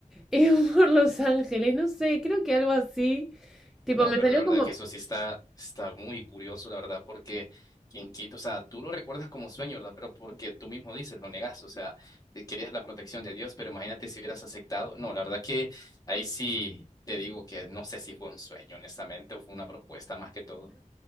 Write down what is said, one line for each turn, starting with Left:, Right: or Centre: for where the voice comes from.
Centre: y <laughs> por los ángeles, no sé, creo que algo así. Tipo,
Left: No,
Centre: me
Left: pero
Centre: salió
Left: la verdad
Centre: como,
Left: que eso sí está, está muy curioso, la verdad, porque quien quita, o sea, tú lo recuerdas como sueño, ¿verdad? Pero porque tú mismo dices, lo negaste, o sea, te querías la protección de Dios, pero imagínate si hubieras aceptado. No, la verdad que ahí sí te digo que no sé si fue un sueño, honestamente, o fue una propuesta más que todo.